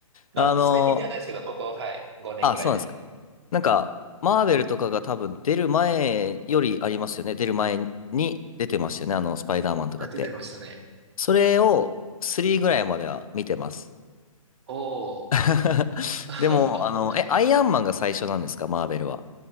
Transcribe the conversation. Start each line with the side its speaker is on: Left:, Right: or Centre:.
Right: な、
Left: あの、
Right: 最近ではないですけど、ここ、はい、5年ぐらいで。
Left: あ、そうなんですか。なんか、マーベルとかが多分出る前よりありますよね。出る前に出てましたよね。あの、スパイダーマンとかって。
Right: あ、出てましたね。
Left: それを3ぐらいまでは見てます。
Right: おー。
Left: <laughs>
Right: <laughs>
Left: でも、あの、え、アイアンマンが最初なんですか、マーベルは。